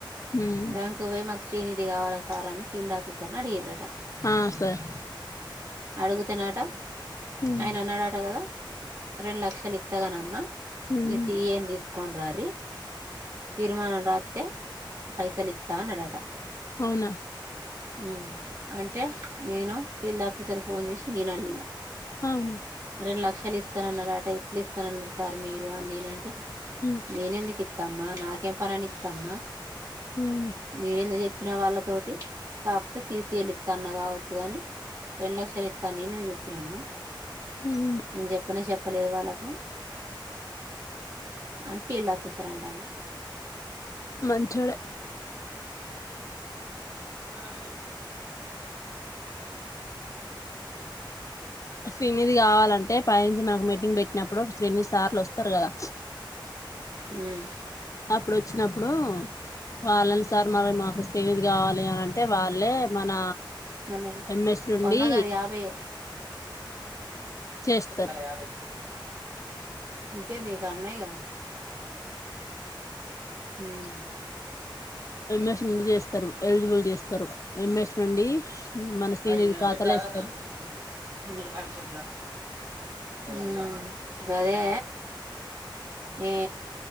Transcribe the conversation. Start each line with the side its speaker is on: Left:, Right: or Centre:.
Left: ఉమ్
Right: బ్యాంకు పోయి మాకు శ్రీనిధి కావాలా సార్ అని ఫీల్డ్ ఆఫీసర్ అడిగిర్రు అట
Left: ఆ సార్
Right: అడుగుతేన్నాట
Left: ఉమ్
Right: ఆయన అన్నాడాట కదా రెండు లక్షలు ఇత్తగానమ్మ
Left: ఉమ్
Right: మీ సిఏనీ తీసుకొనిరారి తీర్మానం రాసి తే పైసాలితా అన్నాడట
Left: అవునా
Right: హ్మ్ అంటే నేను ఫీల్డ్ ఆఫీసర్ ఫోన్ చేసి నేను అడిగిన
Left: అవును
Right: రెండు లక్షలు ఇస్తానన్నారు అట ఎట్లు ఇస్తానన్నారు సార్ మీరు అని నేనంటే
Left: ఉమ్
Right: నేను ఎందుకు ఇ ఇస్తమ్మా నాకేం పనిని ఇస్తామ్మా
Left: అవునా
Right: నేను ఎందుకు చెప్పినా వాళ్ళ తోటి కాపోతే సీసి చేపిస్తా అన్న కావచ్చు కాని రెండు లక్షలు ఇస్తా అని నేన అందుకు చెప్పినమ్మా
Left: ఉమ్
Right: నేను చెప్పన చెప్ప ప లేదు వాళ్ళకు అని ఫీల్డ్ ఆఫీసర్ అంటండు
Left: మంచోడే
Right: ఎత్తర గయి ఇత
Left: శ్రీనిధి కావాలంటే పై నుంచి మనకు మీటింగ్ పెట్టినప్పుడు శ్రీని సార్లు వస్తారు కదా
Right: ఉమ్
Left: అప్పుడు వచ్చినప్పుడు వాళ్ళని సార్ మా మాకు శ్రీనిధి గావాలే అని అంటే వాళ్ళే మన
Right: న
Left: ఎంఎస్
Right: <inaudible>
Left: నుండి
Right: ఒందగాదు యాభైయ
Left: చేస్తారు
Right: ఎ ఇంకేంది నికడా ఉన్నాయి కదా ఉమ్
Left: ఎంఎస్ నుండి చేస్తారు ఎలిజిబుల్ చేస్తారు ఎంఎస్ నుండి మన శ్రీనిధి
Right: అ ఇ
Left: ఖాతాలో
Right: వెక అదా
Left: వేస్తారు
Right: ననుపోతనా ఉమ్ గదే ఏ